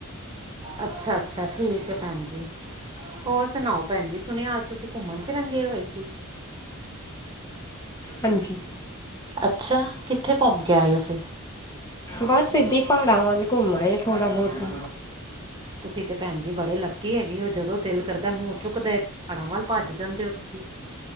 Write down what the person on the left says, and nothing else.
ਹਾਂਜੀ।
ਬਸ ਇਦਾ ਹੀ ਪਹਾੜਾਂ ਵੱਲ ਘੁੰਮ ਥੋੜਾ ਬਹੁਤਾ।